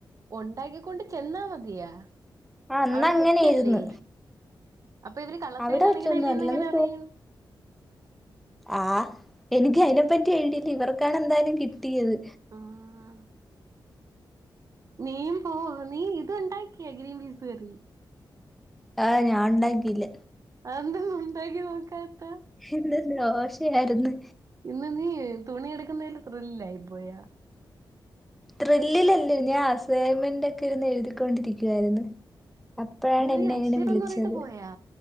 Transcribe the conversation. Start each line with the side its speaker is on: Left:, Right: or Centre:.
Right: ഉണ്ടാക്കിക്കൊണ്ട് ചെന്നാമതിയാ
Centre: ആ അന്ന്
Right: അവടെ
Centre: അങ്ങനെയിരുന്നു.
Right: വെച്ചല്ലേ അപ്പഇവര് കള്ളത്തരം
Centre: അവിടെ
Right: കാണിക്കണല്ലേന്ന്
Centre: വെച്ചൊന്നും അല്ലെന്ന്
Right: എങ്ങനെ അറിയും
Centre: ആഹാ എനിക്ക് അയിനെപ്പറ്റി ഐഡില്ല ഇവർക്കാണ് എന്തയാലും കിട്ടിയത്
Right: ആഹ് നീയും പോ നീ ഇത് ഉണ്ടാക്കിയ ഗ്രീൻപീസ്കറി
Centre: ആഹ് ഞാൻ ഇണ്ടാക്കില്ല
Right: അത് എന്താ ഉണ്ടാക്കി നോക്കാത്തെ
Centre: ഇന്ന് ദോശയായിരുന്ന്
Right: ഇന്ന് നീ തുണി എടുക്കുന്നേന്റെ ത്രില്ലയിപോയാ
Centre: ത്രില്ല്ലല്ല ഞാൻ അസൈൻമെന്റ് ഒക്കെ ഇരുന്ന് എഴുതിക്കൊണ്ടിരിക്കുവായിരുന്നു അപ്പഴാണ്
Right: ട
Centre: എന്നെ
Right: നീ അക്ഷയ്
Centre: ഇങ്ങനെ വിളിച്ചത്
Right: പൊണ്റഞ്ഞിട്ട് പോയാ